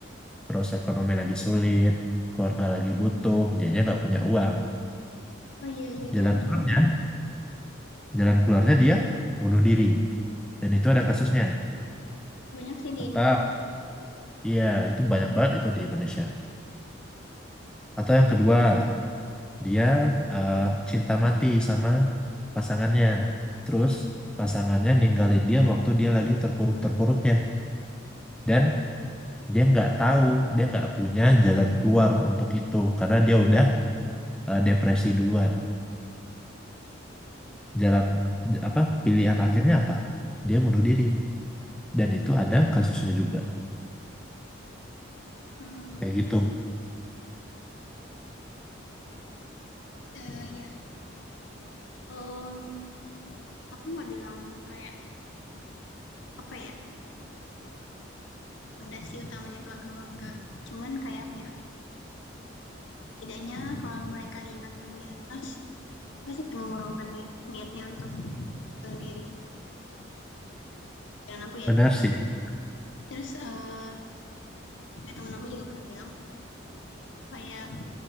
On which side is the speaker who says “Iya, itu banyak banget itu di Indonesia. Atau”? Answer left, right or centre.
Centre